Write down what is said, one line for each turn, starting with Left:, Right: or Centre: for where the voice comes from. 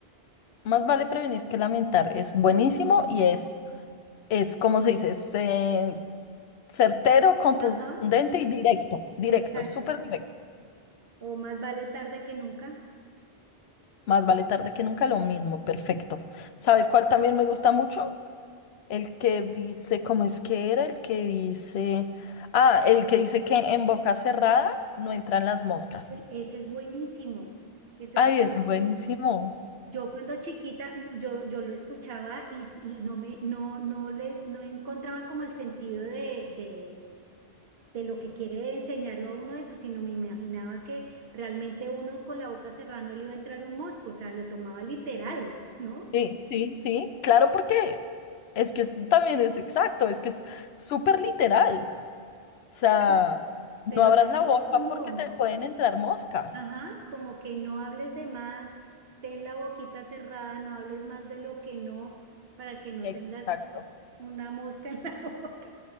Left: más vale prevenir que lamentar, es buenísimo y es es como se dice, es eh, certero, contundente
Right: Ajá,
Left: y directo, directo,
Right: exacto.
Left: es súper directo.
Right: o Más vale tarde que nunca.
Left: Más vale tarde que nunca, lo mismo, perfecto. ¿Sabes cuál también me gusta mucho? El que dice, ¿cómo es que era? El que dice, ah, el que dice que en boca cerrada no entran las moscas.
Right: E- Ese es buenísimo, ese
Left: Ay,
Right: es
Left: es buenísimo.
Right: buenísimo. Yo cuando chiquita, m- yo, yo lo escuchaba y, s- y no me, no, no le, no encontraba como el sentido de, de, de lo que quiere enseñarlo a uno eso, sino me imaginaba que realmente uno con la boca cerrada no le iba a entrar un mosco, o sea, lo tomaba literal, ¿no?
Left: Sí, sí, sí, claro, porque es que es- también es exacto, es que es súper literal. O sea,
Right: Claro,
Left: no
Right: pero
Left: abras
Right: también
Left: la boca
Right: es como,
Left: porque te pueden entrar moscas.
Right: Ajá, como que no hables de más, ten la boquita cerrada, no hables más de lo que no, para que no
Left: Exacto.
Right: tengas una mosca en la <laughs> boca.